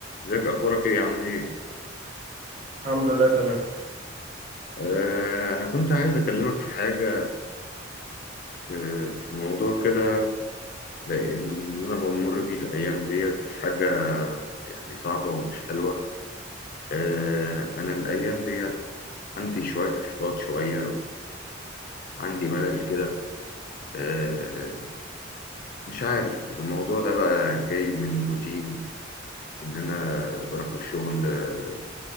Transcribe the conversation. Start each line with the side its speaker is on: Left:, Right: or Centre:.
Left: ازيك اخبارك ايه عامل ايه
Right: الحمد لله تمام
Left: آه انا كنت عايز اكلمك في حاجه في, في موضوع كده لأ- اللي انا بمر بيه الايام ديت حاجه يعني صعبه ومش حلوه آه انا الايام ديت عندي شويه احباط شويه وعندي ملل كده آه مش عارف الموضوع ده بقى جاي من روتين ان انا بروح الشغل آه،